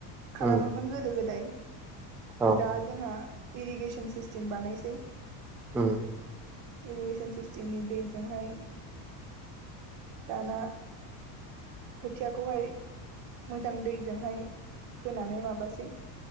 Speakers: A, on the right; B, in the centre.
A: खालामोमोन
B: उम
A: गोदो-गोदाय।
B: औ
A: दा जोंहा इरिगेसन सिस्टेम बानायसै।
B: ओम।
A: इरिगेसन सिस्टेमनि दैजोंहाय दाना खोथियाखौहाय मोजां दैजोंहाय फोनानै माबासै